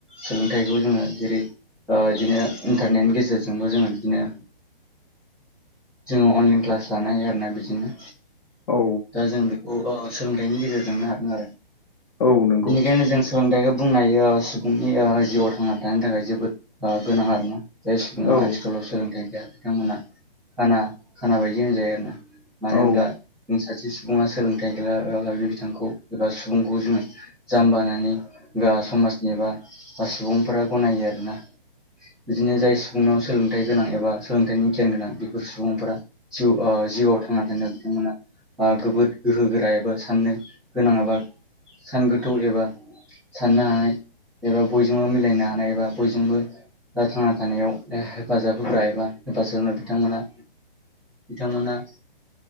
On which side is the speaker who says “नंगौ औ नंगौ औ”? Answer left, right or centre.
Left